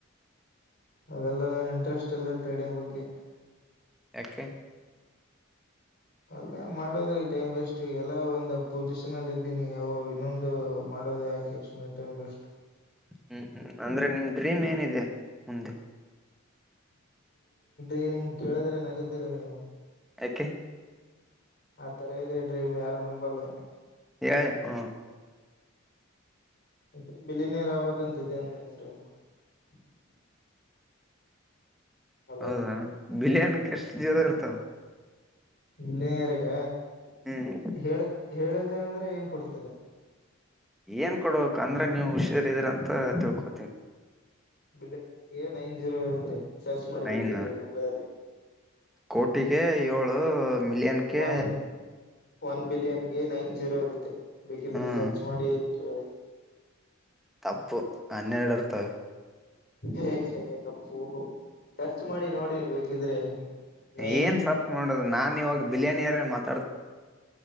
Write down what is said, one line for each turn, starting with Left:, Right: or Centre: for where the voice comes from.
Left: ಅದೆಲ್ಲ ಇಂಟ್ರೆಸ್ಟ್ ಇಲ್ಲ ಟ್ರೇಡಿಂಗ್ ಬಗ್ಗೆ.
Centre: ಯಾಕೇ.
Left: ಅಲ್ಲ ಮಾಡೋದು ಈ ಟೈಮ್ ವೇಸ್ಟ್ ಎಲ್ಲ ಒಂದ ಪೊಸಿಷನ್ ಅಲ್ಲಿ ಇದ್ದೀನಿ ಅವು ಇನ್ನೊಂದು. ಮಾಡೋದು ಯಾಕೆ ಸುಮ್ಮನೆ ಟೈಮ್ ವೆಸ್ಟ್.
Centre: ಹ್ಮ್ ಹ್ಮ್ ಅಂದ್ರೆ ನಿಮ್ ಡ್ರೀಮ್ ಏನಿದೆ ಮುಂದೆ.
Left: ೇಮ ಕೇಳಿದ್ರೆ ನಗುದಿರ ನೀವು
Centre: ಯಾಕೆ
Left: ಆ ತರ ಇದೆ. ಯಾರು ನಂಬಲ್ಲ.
Centre: ಹೇಳೆ ಹ್ಮ
Left: ಮತ್ತೆ ಬಿಳ ನೀೇರಾವಾಗಂತಿದೆೇ ನನ್ರು. <unintelligible> ಹಲೋ
Centre: ಹೌದಾ ಬಿರಿಯಾನಿಕ್ಕೆ ಎಷ್ಟು ಜೋರ ಇರ್ತಾವ.
Left: ಇಲ್ಲಿನರ್ಾಗ
Centre: ಹ್ಮ್
Left: ಹೇಳ ಹೇಳಿದೆ ಅಂದ್ರೆ ಏನ್ ಕೊಡ್ತರಿ.
Centre: ಏನ್ ಕೊಡ್ಬೇಕ ಅಂದ್ರೆ ನೀವು ಹುಷಾರಿದಿ್ರ ಅಂತ ತಿಳ್ಕೊತೀನಿ.
Left: ಬಿಳ್ಳಂಗರಿಗೆ ನೈನ್ ಜೀರೋ ಇರುತ್ತೆ ಸರ್ಚ್ ಮಾಡಿ
Centre: ನೈನ್
Left: ಬೇಕಿದ್ರೆ ಗೂಗಲ ಅಲ್ಲಿ.
Centre: ಕೋಟಿಗೆ ಏಳು ಮಿಲಿಯನ್ಗೆ.
Left: ಒನ್ ಒನ್ ಬಿಲಿಯನ್ಗೆ ನೈನ್ ಜೀರೋ ಇರುತ್ತೆ. ಬೇಕಿದ್ರೆ
Centre: ಹ್ಮ್
Left: ಸರ್ಚ್ ಮಾಡಿ ಕೇಳಿ.
Centre: ತಪ್ಪು ಹನ್ನೆರಡು ಇರ್ತಿವೆ.
Left: ಹೇ ಹೇ ಅಪ್ಪುಹ ಸರ್ಚ್ ಮಾಡಿ ನೋಡಿ ಬೇಕಿದ್ರೆ. ನೈನ್
Centre: ಏನ್ ರ್ಚ್ ಮಾಡೋುದು ನಾನ್ ಇವಾಗ ಬಿರಿಯಾನಿರೆ ಮತ್ತ.